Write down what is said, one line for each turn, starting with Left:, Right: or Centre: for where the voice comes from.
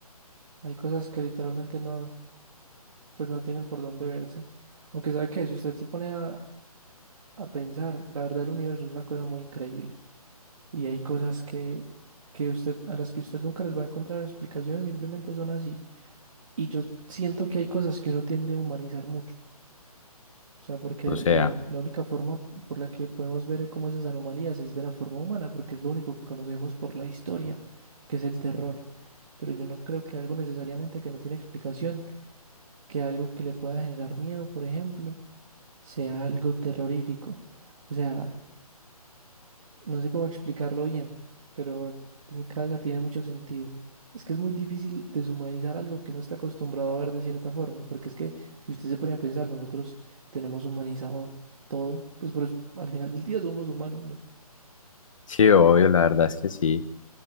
Right: Hay cosas que literalmente no, pues no tienen por dónde verse. Aunque sabe que si usted se pone a, a pensar, la verdad el universo es una cosa muy increíble. Y hay cosas que, que usted, a las que usted nunca les va a encontrar explicación, simplemente son así. Y yo siento que hay cosas que uno tiende a humanizar mucho. O sea, porque
Left: O sea,
Right: la, u- la única forma por la que podemos ver como esas anomalías es de la forma humana, porque es lo único que conocemos por la historia, que es el terror. Pero yo no creo que algo necesariamente que no tiene explicación, que algo que le pueda generar miedo, por ejemplo, sea algo terrorífico. O sea, No sé cómo explicarlo bien, pero en mi cabeza tiene mucho sentido. Es que es muy difícil deshumanizar algo que uno está acostumbrado a ver de cierta forma, porque es que si usted se pone a pensar, nosotros tenemos humanizado todo, pues pero es- al final del día somos humanos, ¿no?
Left: sí, obvio, la verdad es que sí.